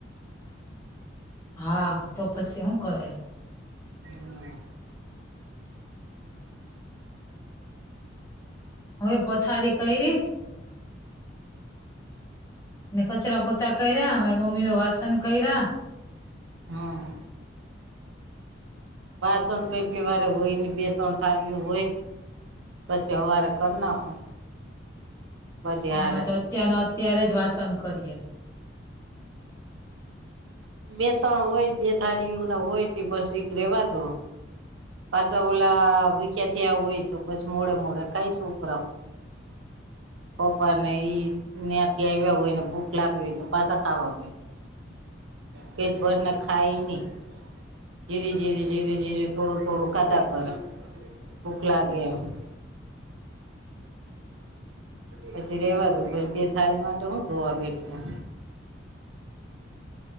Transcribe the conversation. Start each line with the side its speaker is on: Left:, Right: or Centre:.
Left: હા તો પછી હું કરે.
Right: હમ
Left: હવે પથારી કેયરી ને કચરા પોતા કર્યા મારી મમ્મીઓ વાસન કર્યા.
Right: હા વાસણ તો એટલી વાર હોય ને બે ત્રણ થારીયો હોય. પછી અવારે કરી નાખું. બધી હારે
Left: અમે તો અત્યારનો અત્યારે જ વાસન કરીએ.
Right: બે ત્રણ હોય બે થારીય હોય બસ એક રેવા દો પાછા ઓલા ભૂખ્યા થયા હોય તો પછી મોડે મોડે કાઈશું ઉપરા પપ્પા ને ઈ ત્યાથી આવ્યા હોય ને ભૂખ લાગી હોય તો પાછા ખાવા બેઠી. પેટ ભરને ખાય ની. જીરી જીરી જીરી જીરી થોડું થોડું ખાધા કરે ભૂખ લાગે એમ <inaudible> પછી રેવા દો પછી બે થાળી માટે હુ ધોવા બેઠું